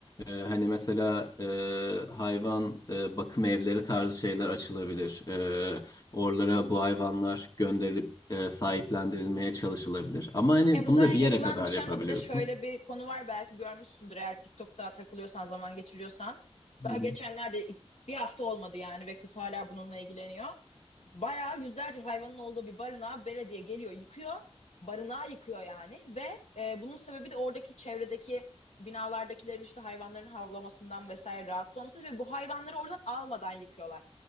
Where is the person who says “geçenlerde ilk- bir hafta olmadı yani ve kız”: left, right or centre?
Left